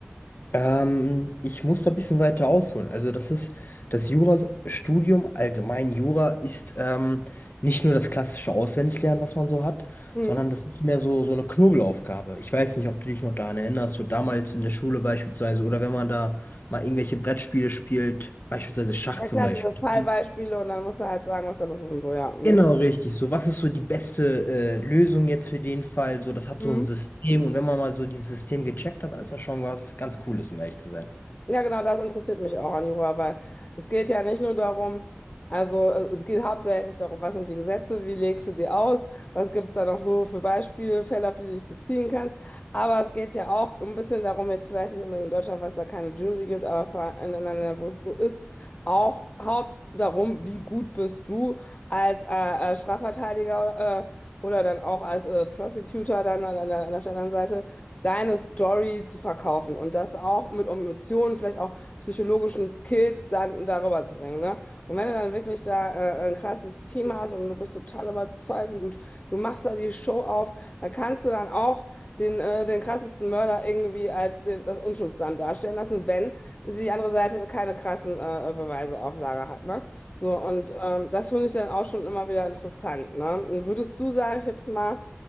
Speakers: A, on the left; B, on the left.
A: Ähm, ich muss da ein bisschen weiter ausholen. Also das ist das Jurastudium, allgemein Jura, ist ähm, nicht nur das klassische Auswendiglernen, was man so hat,
B: Hm.
A: sondern das ist mehr so, so eine Knobelaufgabe. Ich weiß nicht, ob du dich noch daran erinnerst, so damals in der Schule beispielsweise oder wenn man da mal irgendwelche Brettspiele spielt, beispielsweise Schach
B: Ja
A: zum
B: klar,
A: Beispiel.
B: diese Fallbeispiele und dann musst du halt sagen, was da los ist und so, ja. Hm.
A: Genau, richtig. So, was ist so die beste äh, Lösung jetzt für den Fall? So, das hat
B: Hm.
A: so ein System und wenn man mal so dieses System gecheckt hat, dann ist das schon was ganz Cooles, um ehrlich zu sein.
B: Ja, genau, das interessiert mich auch an Jura, weil es geht ja nicht nur darum, also äh, es geht hauptsächlich darum, was sind die Gesetze, wie legst du die aus, was gibt es da noch so für Beispiele, Fälle, auf die du dich beziehen kannst. Aber es geht ja auch ein bisschen darum, jetzt vielleicht nicht unbedingt in Deutschland, was da keine Jury gibt, aber vor allem in anderen Ländern, wo es so ist, auch haupt darum, wie gut bist du als äh, äh, Strafverteidiger äh, oder dann auch als äh, Prosecutor dann an, an, der- an der anderen Seite deine Story zu verkaufen und das auch mit Emotionen, vielleicht auch psychologischen Skills dann darüber zu bringen, ne? Und wenn du dann wirklich da äh, ein krasses Team hast und du bist total überzeugend und du machst da die Show auf, dann kannst du dann auch den, äh, den krassesten Mörder irgendwie als den, das Unschuldslamm darstellen lassen, wenn die andere Seite keine krassen äh, Beweise auf Lager hat, ne? So, und ähm, das finde ich dann auch schon immer wieder interessant, ne? Und würdest du, sage ich jetzt mal,